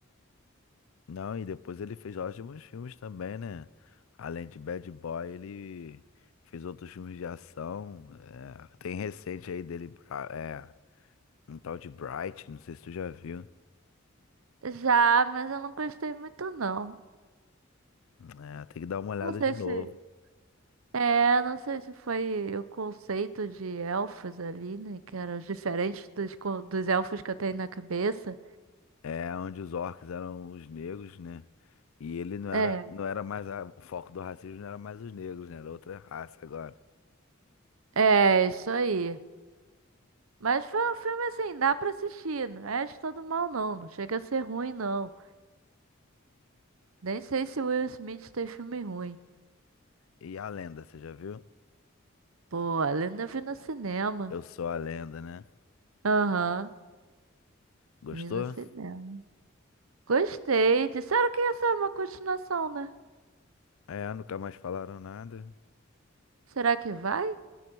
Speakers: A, on the left; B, on the right.
A: Não, e depois ele fez ótimos filmes também, né? Além de Bad Boy, ele fez outros filmes de ação. é, tem recente aí dele, Bra- é, um tal de Bright, não sei se tu já viu.
B: Já, mas eu não gostei muito, não.
A: É, tem que dar uma olhada
B: Não sei
A: de
B: se.
A: novo.
B: É, não sei se foi o conceito de elfos ali, né? Que eram diferentes dos, co- dos elfos que eu tenho na cabeça.
A: É onde os orcs eram os negros, né? E ele não era,
B: É.
A: não era mais a- o foco do racismo não era mais os negros, né? Era outra raça agora.
B: É, isso aí. Mas foi um filme assim, dá pra assistir. Não é de todo mal, não. Não chega a ser ruim, não. Nem sei se Will Smith tem filme ruim.
A: E a lenda, você já viu?
B: Pô, eu ainda vi no cinema.
A: Eu sou a lenda, né?
B: Aham,
A: Gostou?
B: vi no cinema. Gostei. Disseram que ia ser uma continuação, né?
A: É, nunca mais falaram nada.
B: Será que vai?